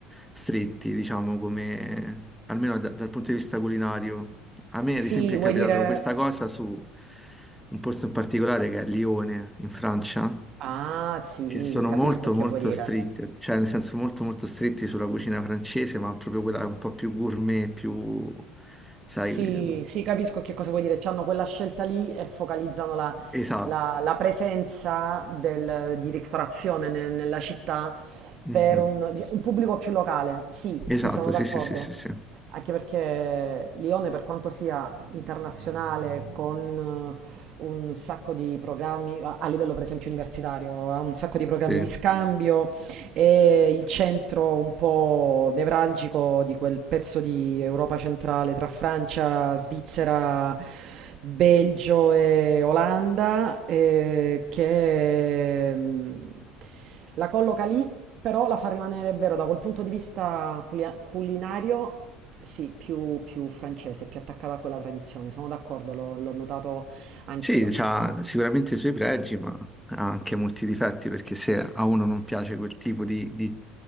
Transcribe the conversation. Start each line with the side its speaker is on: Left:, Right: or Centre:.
Centre: stretti, diciamo, come, almeno da- dal punto di vista culinario. A me,
Right: Sì,
Centre: ad esempio, è
Right: vuoi
Centre: capitato
Right: dire...
Centre: questa cosa su un posto in particolare che è Lione, in Francia,
Right: Ah, sì,
Centre: che sono
Right: capisco
Centre: molto
Right: che
Centre: molto
Right: vuoi dire.
Centre: stritti, cioè nel senso molto molto stretti sulla cucina francese, ma proprio quella un po' più gourmet, più, sai,
Right: Sì, sì, capisco che cosa vuoi dire. C'hanno quella scelta lì e focalizzano la,
Centre: esatto.
Right: la- la presenza del- di ristorazione ne- nella città
Centre: Mhm.
Right: per un, di- un pubblico più locale. Sì,
Centre: Esatto,
Right: sì, sono d'accordo.
Centre: sì, sì, sì, sì, sì.
Right: Anche perché Lione, per quanto sia internazionale, con eh, un sacco di programmi, a, a livello per esempio universitario, ha un sacco di programmi
Centre: Sì,
Right: di scambio, È il centro un po' nevralgico di quel pezzo di Europa centrale tra Francia, Svizzera, Belgio e Olanda, eh, che mm, la colloca lì, però la fa rimanere, è vero, da quel punto di vista culia- culinario, sì, più, più francese, più attaccata a quella tradizione. Sono d'accordo, l'ho l'ho notato anch'io.
Centre: Sì, c'ha sicuramente i suoi pregi, ma ha anche molti difetti, perché se a uno non piace quel tipo di, di-